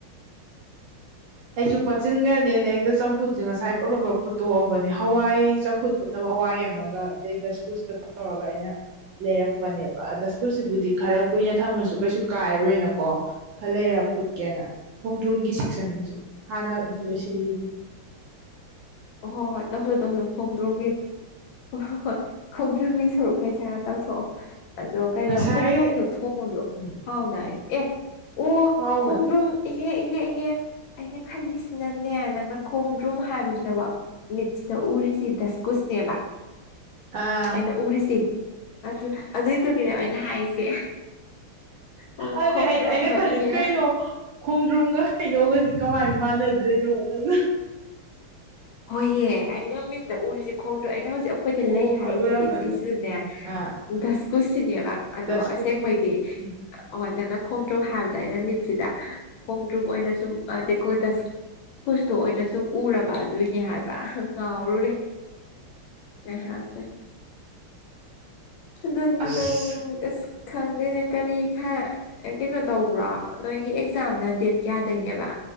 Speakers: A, on the right; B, on the left.
A: ꯑꯩꯁꯨ ꯄꯠꯆꯤꯟꯈ꯭ꯔꯅꯦꯅ ꯍꯦꯛꯇ ꯆꯝꯐꯨꯠꯁꯦ ꯉꯁꯥꯏ ꯄ꯭ꯔ ꯄ꯭ꯔꯞ ꯐꯨꯠꯇꯣꯛꯑꯕꯅꯦ ꯍꯋꯥꯏ ꯆꯝꯐꯨꯠ ꯐꯨꯠꯅꯕ ꯍꯋꯥꯏ ꯑꯃꯝꯃꯒ ꯑꯗꯩ ꯗꯁꯀꯨꯁꯀ ꯇꯧꯔꯒ ꯑꯩꯅ ꯂꯩꯔꯛꯄꯅꯦꯕ ꯗꯁꯀꯨꯁꯁꯤꯕꯨꯗꯤ ꯈꯔ ꯀꯨꯏꯅ ꯊꯝꯃꯁꯨ ꯀꯩꯁꯨ ꯀꯥꯏꯔꯣꯏꯅꯀꯣ ꯈꯔ ꯂꯩꯔ ꯐꯨꯠꯀꯦꯅ ꯈꯣꯡꯗ꯭ꯔꯨꯝꯒꯤ ꯁꯦꯛꯁꯟꯁꯦ ꯍꯥꯟꯅ ꯂꯣꯏꯁꯤꯟꯈꯤꯒꯦ
B: ꯑꯣ ꯍꯣ ꯍꯣꯏ ꯇꯧꯁꯜꯂꯨ ꯇꯧꯁꯜꯂꯨ ꯈꯣꯡꯗ꯭ꯔꯨꯒꯤ ꯍꯣ ꯍꯣꯢ ꯈꯣꯡꯗ꯭ꯔꯨꯝꯒꯤ ꯁꯔꯨꯛ ꯄꯩꯁꯥ ꯇꯧꯊꯣꯛꯑꯣ ꯑꯗꯣ ꯀꯩꯅꯣ
A: ꯉꯁꯥꯏ
B: ꯈꯣꯡꯗ꯭ꯔꯨꯝꯗꯣ ꯊꯣꯡꯕꯁꯨ
A: ꯎꯝ
B: ꯍꯥꯎꯗꯥꯏ ꯑꯦ ꯑꯣ
A: ꯍꯥꯎꯕꯅꯦ
B: ꯈꯣꯡꯗ꯭ꯔꯨꯝ ꯏꯍꯦ ꯏꯍꯦ ꯏꯍꯦ ꯑꯩꯅ ꯈꯜꯂꯤꯁꯤꯅꯅꯦ ꯅꯪꯅ ꯈꯣꯡꯗ꯭ꯔꯨꯝ ꯍꯥꯏꯕꯗꯨꯗ ꯋꯥ ꯃꯤꯠꯁꯤꯗ ꯎꯔꯤꯁꯤ ꯗꯁꯀꯨꯁꯅꯦꯕ
A: ꯑꯥ
B: ꯑꯩꯅ ꯎꯔꯤꯁꯤ ꯑꯗꯨ ꯑꯗꯨꯏꯗꯨꯒꯤꯅꯦ ꯑꯩꯅ ꯍꯥꯏꯔꯤꯁꯦ ꯑꯣ
A: ꯑꯗꯨꯗꯤ
B: ꯈꯣꯡꯗ꯭ꯔꯨꯝꯗꯣ
A: ꯑꯩ ꯑꯩꯅ ꯈꯜꯂꯤ
B: ꯏꯍꯦ
A: ꯀꯩꯅꯣ ꯈꯣꯡꯗ꯭ꯔꯨꯝꯒ ꯍꯩꯅꯧꯒꯁꯦ ꯀꯃꯥꯏ ꯃꯥꯟꯅꯗꯣꯢꯅꯣ ꯅꯪ
B: ꯍꯣꯏꯌꯦ ꯑꯩꯅ ꯃꯤꯠꯇ ꯎꯔꯤꯁꯦ ꯈꯣꯡꯗ꯭ꯔ ꯑꯩꯅ ꯍꯧꯖꯤꯛ ꯑꯩꯈꯣꯏꯗ
A: ꯍꯣꯏ
B: ꯂꯩ
A: ꯍꯣꯏ ꯍꯣꯏ
B: ꯍꯥꯏꯁꯤ
A: ꯎꯔꯝꯃꯅꯤ
B: ꯁꯤꯁꯨꯅꯦ
A: ꯑꯥ
B: ꯙꯁꯀꯨꯁꯁꯤꯅꯦꯕ ꯑꯗꯣ
A: ꯗꯁꯀꯨꯁꯀꯨ
B: ꯑꯁꯦꯡꯕꯩꯗꯤ
A: ꯎꯝ
B: ꯑꯣ ꯅꯪꯅ ꯈꯣꯡꯗ꯭ꯔꯨꯝ ꯍꯥꯏꯕꯗ ꯑꯩꯅ ꯃꯤꯠꯁꯤꯗ ꯈꯣꯡꯗ꯭ꯔꯨꯝ ꯑꯣꯏꯅ ꯁꯨꯝ ꯇꯦꯀꯣꯗꯁ ꯀꯨꯁꯇꯨ ꯑꯣꯏꯅ ꯁꯨꯝ ꯎꯔꯕ ꯑꯗꯨ ꯑꯗꯨꯏꯅꯦ ꯍꯥꯏꯕ ꯉꯥꯎꯔꯨꯔꯦ ꯉꯥꯢꯍꯥꯛꯁꯦ ꯑꯗꯨ
A: ꯑꯁ
B: ꯅꯪ ꯑꯁ ꯈꯪꯗꯦꯅꯦ ꯀꯔꯤ ꯈꯥ ꯑꯦ ꯀꯩꯅꯣ ꯇꯧꯕ꯭ꯔꯣ ꯅꯣꯏꯒꯤ ꯑꯦꯛꯖꯥꯝꯅ ꯗꯦꯠ ꯀꯌꯥꯗꯩꯅꯦꯕ